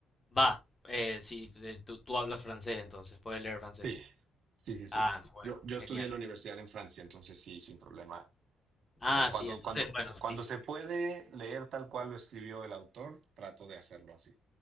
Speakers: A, on the left (about 30°); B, on the right (about 65°).
A: Va, eh, sí, de- tú, tú hablas francés entonces, puedes leer francés.
B: Sí, sí, sí, sí.
A: Ah, bueno,
B: Yo, yo estudié
A: genial.
B: en la universidad en Francia, entonces sí, sin problema.
A: Ah,
B: Como cuando,
A: sí, entonces,
B: cuando,
A: bueno,
B: cuando
A: sí.
B: se puede leer tal cual lo escribió el autor, trato de hacerlo así.